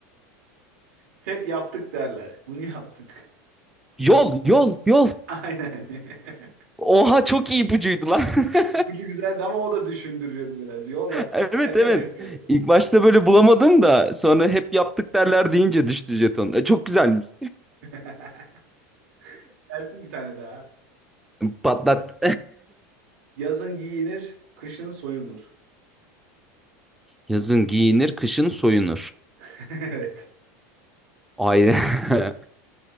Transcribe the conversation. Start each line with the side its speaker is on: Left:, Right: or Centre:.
Right: Hep yaptık derler. Bunu yaptık.
Centre: Yol yol yol.
Right: <laughs> Aynen. <laughs>
Centre: Oha çok iyi ipucuydu lan. <laughs>
Right: İpucu güzeldi ama o da düşündürüyordu biraz. Yol yaptık
Centre: Evet
Right: <laughs> derler
Centre: evet.
Right: ya sürekli.
Centre: İlk başta böyle bulamadım da sonra hep yaptık derler deyince düştü jeton. E, çok güzelmiş.
Right: <laughs> Gelsin bir tane daha.
Centre: Patlat.
Right: Yazın giyinir, kışın soyunur.
Centre: <laughs> Yazın giyinir, kışın soyunur.
Right: <laughs> Evet.
Centre: Aynen. <laughs>